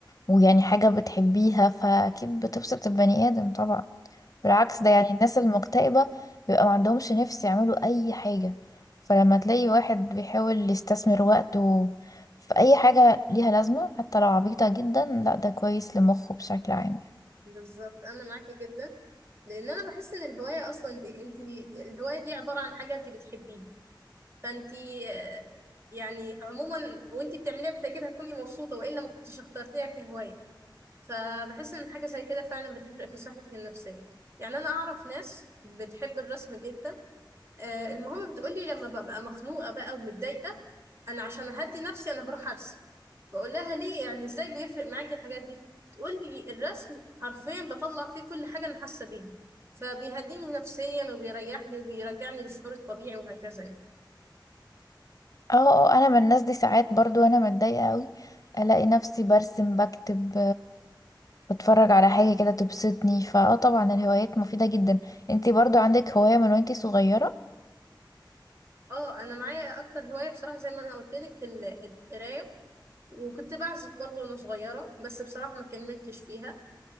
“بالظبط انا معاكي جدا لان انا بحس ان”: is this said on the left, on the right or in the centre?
Right